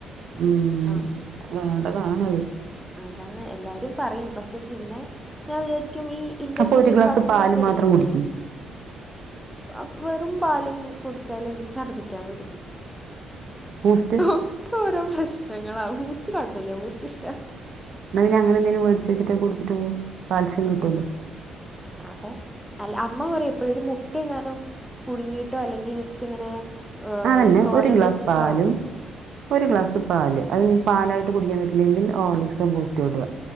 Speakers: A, on the right (about 65°); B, in the centre.
A: ഉം
B: ആ
A: വേണ്ടതാണത്
B: അതാണ് എല്ലാരും പറയും പക്ഷെ പിന്നെ ഞാൻ വിചാരിക്കും ഈ ഇന്റർമീറ്റേൺ
A: അപ്പൊ ഒരു ഗ്ലാസ്
B: ഫാസ്റ്റിംങ്
A: പാല്
B: ഒക്കെ എട്ക്കില്ലേ
A: മാത്രം കുടിക്ക്
B: അപ്പോ വെറും പാലും ഉം കുടിച്ചാലെ എൻക് ശർദിക്കാ വരും
A: ബൂസ്റ്റ്
B: ഒക്കൊ ഓരോ പ്രശ്നങ്ങള ബൂസ്റ്റ് കൊഴപ്പല്ല ബൂസ്റ്റ് ഇഷ്ട്ട
A: ന്നാ പിന്നെ അങ്ങനെന്തേലും വേടിച്ച് വച്ച്ട്ട് കുടിച്ച്ട്ട് പോ കാൽസ്യം
B: ഉം
A: കിട്ടുവല്ലോ
B: അതെ അൽ അമ്മ പറയും എപ്പഴും ഒര് മുട്ട എങ്ങാനും പുഴുങ്ങീട്ടൊ അല്ലെങ്കി ജസ്റ്റ് ഇങ്ങനെ ഏഹ്
A: അതെന്നെ
B: തോരൻ
A: ഒര് ഗ്ലാസ്
B: വെച്ചിട്ടോ
A: പാലും ഒര് ഗ്ലാസ് പാല് അതിഞി പാലായ്ട്ട് കുടിക്കാ പറ്റില്ലെങ്കി ഹോർലിക്സൊ ബൂസ്റ്റൊ ഇടുക